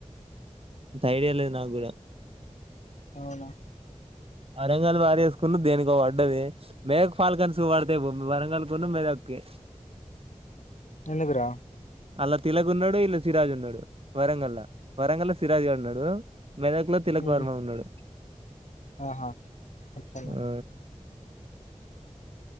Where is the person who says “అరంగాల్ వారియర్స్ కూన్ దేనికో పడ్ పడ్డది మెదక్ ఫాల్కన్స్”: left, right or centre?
Right